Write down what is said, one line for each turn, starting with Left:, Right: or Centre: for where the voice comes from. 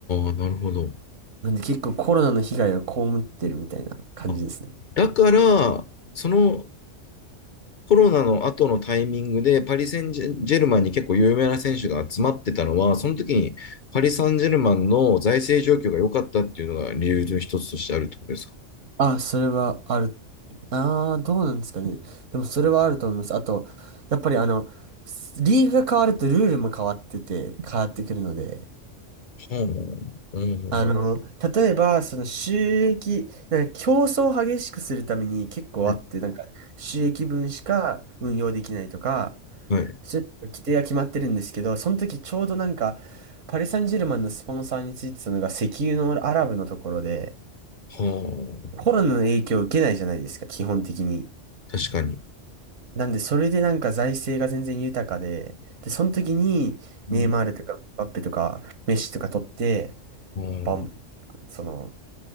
Left: あ、なるほど。
Right: なんで結構コロナの被害を被ってるみたいな感じですね。
Left: あ、だから、そのコロナの後のタイミングで、パリ・センジェジェルマンに結構有名な選手が集まってたのは、その時にパリ・サンジェルマンの財政状況が良かったっていうのが理由の一つとしてあるってことですか。
Right: あ、それはある。ああ、どうなんですかね。でもそれはあると思います。あと、やっぱりあの、リーグが変わるとルールも変わってて、変わってくるので、
Left: はあ、うん、
Right: あの、例えば、その収益、なんか競争を激しくするために結構あって、
Left: はい、
Right: なんか収益分しか運用できないとか、
Left: はい。
Right: す規定は決まってるんですけど、その時ちょうどなんか、パリ・サンジェルマンのスポンサーについてたのが石油のアラブのところで、
Left: は
Right: コロナの影響を受けないじゃないですか、基本的に。
Left: あ、確かに。
Right: なんで、それでなんか財政が全然豊かで、で、その時に、
Left: うん。
Right: ネイマールとか、バッペとか、メッシとか取って、
Left: うん
Right: バンバン、その、